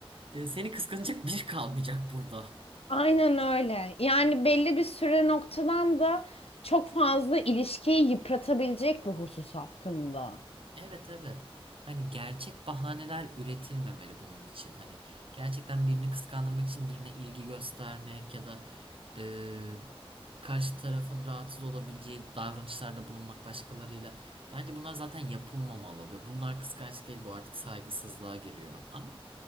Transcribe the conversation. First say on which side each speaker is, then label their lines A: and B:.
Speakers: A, on the right; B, on the left.
A: e, seni kıskanacak biri kalmayacak burada.
B: Aynen öyle. Yani belli bir süre noktadan da çok fazla ilişkiyi yıpratabilecek bir husus hakkında.
A: Evet evet. Hani gerçek bahaneler üretilmemeli bunun için. Hani gerçekten birini kıskandırmak için birine ilgi göstermek ya da e, karşı tarafın rahatsız olabileceği davranışlarda bulunmak başkalarıyla. Bence bunlar zaten yapılmamalı ve bunlar kıskançlık değil bu artık saygısızlığa giriyor. Ama